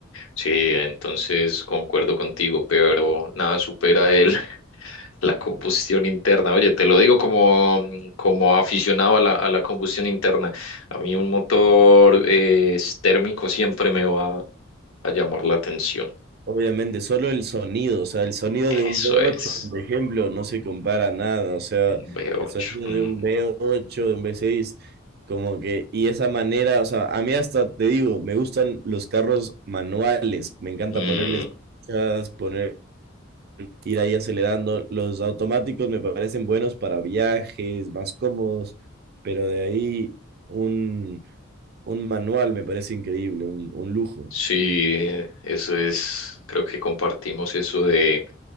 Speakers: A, on the left; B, on the right.
A: Sí, entonces concuerdo contigo, pero nada supera el, <laughs> la combustión interna. Oye, te lo digo como, como aficionado a la, a la combustión interna. A mí un motor eh, térmico siempre me va a llamar la atención.
B: Obviamente, solo el sonido, o sea, el sonido de un
A: Eso
B: V8,
A: es.
B: por ejemplo, no se compara a nada, o sea,
A: Un v
B: el
A: ocho.
B: sonido
A: Mm.
B: de un V8, de un V6, como que, y esa manera, o sea, a mí hasta te digo, me gustan los carros manuales, me encanta
A: Mm.
B: ponerles marchas, poner, ir ahí acelerando, los automáticos me parecen buenos para viajes, más cómodos, pero de ahí un, un manual me parece increíble, un, un lujo.
A: Sí, eso es, creo que compartimos eso de